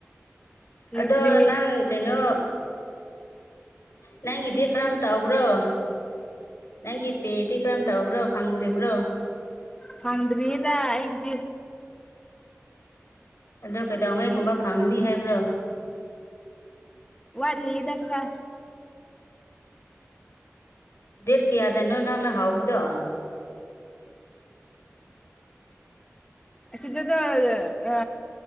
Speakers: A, on the left (about 15°); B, on the left (about 70°).
A: ꯀꯔꯤ
B: ꯑꯗꯣ
A: ꯀꯔꯤ
B: ꯅꯪ ꯀꯩꯅꯣ ꯅꯪꯒꯤꯗꯤ ꯀꯔꯝ ꯇꯥꯎꯕ꯭ꯔꯣ ꯅꯪꯒꯤ ꯄꯦꯗꯤ ꯀꯔꯝ ꯇꯧꯕ꯭ꯔꯣ ꯐꯪꯗ꯭ꯔꯤꯕ꯭ꯔꯣ
A: ꯐꯪꯗ꯭ꯔꯤꯌꯦꯗ ꯑꯩꯒꯤꯗꯤ
B: ꯑꯗꯣ ꯀꯩꯗꯧꯉꯩꯒꯨꯝꯕ ꯐꯪꯉꯅꯤ ꯍꯥꯏꯕ꯭ꯔꯣ
A: ꯋꯥꯠꯂꯤ ꯏꯗ ꯈ꯭ꯔꯥ
B: ꯗꯦꯠ ꯀꯌꯥꯗꯅꯣ ꯅꯪꯅ ꯍꯥꯎꯕꯗꯣ
A: ꯁꯤꯗꯗꯣ ꯑ